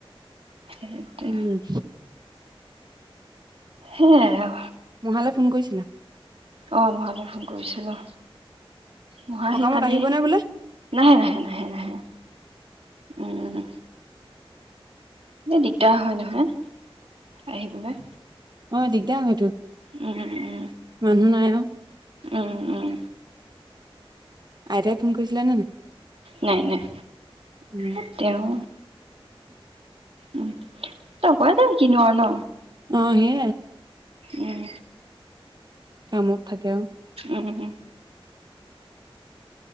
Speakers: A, on the right; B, on the right.
A: সেইটোৱে
B: উম
A: হেয়াই আৱু।
B: মহালে ফোন কৰিছিলা
A: অ মহালে ফোন কৰিছিলো মহাই
B: সকামত
A: সেই কালি
B: আহিব নে বোলে
A: নাহে নাহে নাহে নাহে উম বৰ দিগদাৰ হয় নহয় আহিবলৈ
B: অ দিগদাৰ হয়তো
A: উম উম
B: মান ন
A: উম উম
B: আইতাই ফোন কৰিছিলে নে নাই
A: নাই নাই
B: উম
A: এ তেওঁ উ কব দে কিনো আৰু ন
B: অ হে
A: উম
B: কামত থাকে
A: উম উম